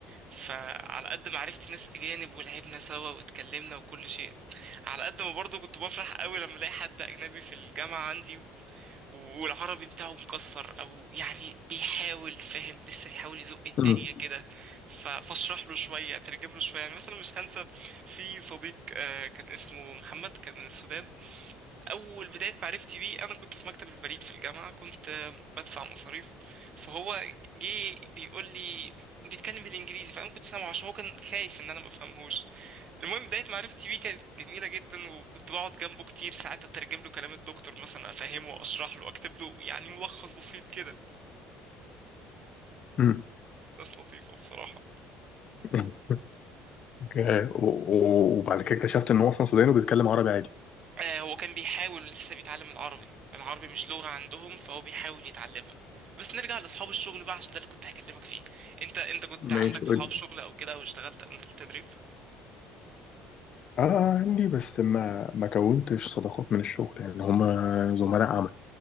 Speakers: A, on the right; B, on the left.
A: فعلى قد ما عرفت ناس اجانب ولعبنا سوا واتكلمنا وكل شيء على قد ما برضو كنت بفرح قوي لما الاقي حد اجنبي في الجامعه عندي والعربي بتاعه مكسر او يعني بيحاول فاهم لسه بيحاول يزق الدنيا
B: مم.
A: كده ف- فاشرح له شويه اترجم له شويه يعني مثلا مش هنسى في صديق آه، كان اسمه محمد كان من السودان اول بدايه معرفتي بيه انا كنت في مكتب البريد في الجامعه كنت آه، بدفع مصاريف فهو جه بيقول لي بيتكلم بالانجليزي فانا كنت سامعه عشان هو كان خايف ان انا ما بفهمهوش المهم بدايه معرفتي بيه كانت جميله جدا وكنت بقعد جنبه كتير ساعات اترجم له كلام الدكتور مثلا افهمه واشرح له اكتب له يعني ملخص بسيط كده
B: مم.
A: ناس لطيفه بصراحه
B: <laughs> مم. أوكي. و- و- وبعد كده اكتشفت ان هو اصلا سوداني وبيتكلم عربي عادي
A: آه، هو كان بيحاول لسه بيتعلم العربي العربي مش لغة عندهم فهو بيحاول يتعلمها بس نرجع لأصحاب الشغل بقى عشان ده اللي كنت هكلمك فيه انت انت كنت
B: ماشي
A: عندك صحاب
B: قول
A: شغل
B: لي
A: او كده او اشتغلت او نزلت تدريب
B: اه عندي بس ما ما كونتش صداقات من الشغل يعني هما زملاء